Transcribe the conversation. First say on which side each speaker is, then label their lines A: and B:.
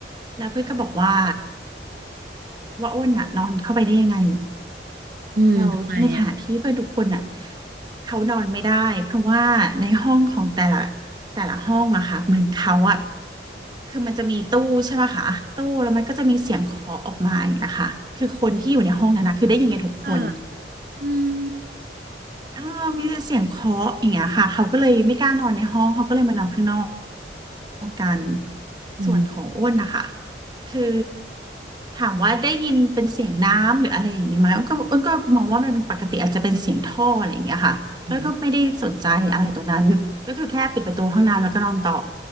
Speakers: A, on the right; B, on the right.
A: แล้วเพื่อนก็บอกว่าว่าอ้นอะนอนเข้าไปได้ยังไง
B: อืมทำไมอ่ะ
A: เราในขณะที่เพื่อนทุกคนอะเขานอนไม่ได้เพราะว่าในห้องของแต่ละแต่ละห้องอะค่ะเหมือนเขาอะ คือมันจะมีตู้ใช่ไหมคะตู้แล้วมันก็จะมีเสียงเคาะออกมาอย่างเงี้ยค่ะคือคนที่อยู่ในห้องนั้นนะคือได้ยินกันทุกคน
B: อ่ะอืม
A: เออมีเสียงเคาะอย่างเงี้ยค่ะเขาก็เลยไม่กล้านอนในห้องเขาก็เลยมานอนข้างนอกกัน
B: อืม
A: ส่วนของอ้นนะคะคือถามว่าได้ยินเป็นเสียงน้ำหรืออะไรอย่างนี้ไหมอ้นก็อ้นก็มองว่ามันเป็นปกติอาจจะเป็นเสียงท่ออะไรอย่างเงี้ยค่ะก็ก็ไม่ได้สนใจอะไรตรงนั้นก็คือแค่ปิดประตูห้องน้ำแล้วก็นอนต่อ
B: อืม